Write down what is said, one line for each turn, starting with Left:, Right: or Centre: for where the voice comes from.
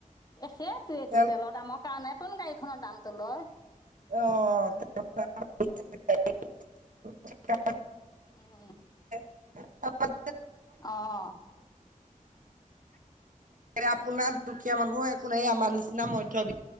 Left: সেইটোৱে
Right: তেল
Left: তোন তেলৰ দামৰ কাৰণে তোন গাড়ীখনৰ দামটো লয়
Right: অ <unintelligible>
Left: উম
Right: <unintelligible>
Left: অ'।
Right: আপোনাৰ দুখীয়া মানুহৰ একো নাই। এ আমাৰ নিচিনা মধ্য